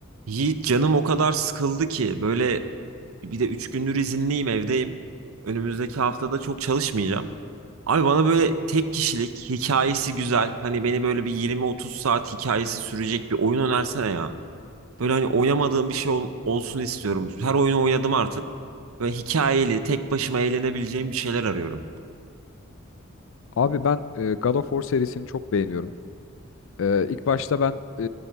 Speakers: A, on the right (about 80°); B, on the left (about 65°).
A: Yiğit canım o kadar sıkıldı ki böyle bir de 3 gündür izinliyim evdeyim. Önümüzdeki haftada çok çalışmayacağım. Abi bana böyle tek kişilik hikayesi güzel. Hani beni böyle bir 20-30 saat hikayesi sürecek bir oyun önersene ya. Böyle hani oynamadığım bir şey ol- olsun istiyorum. Her oyunu oynadım artık. Böyle hikayeli tek başıma eğlenebileceğim bir şeyler arıyorum.
B: Abi ben e, God of War serisini çok beğeniyorum. E, ilk başta ben e,